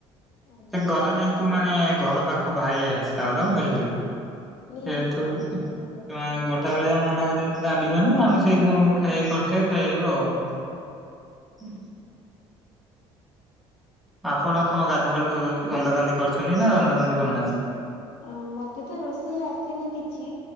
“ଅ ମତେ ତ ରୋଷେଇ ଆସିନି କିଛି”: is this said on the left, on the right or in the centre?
Left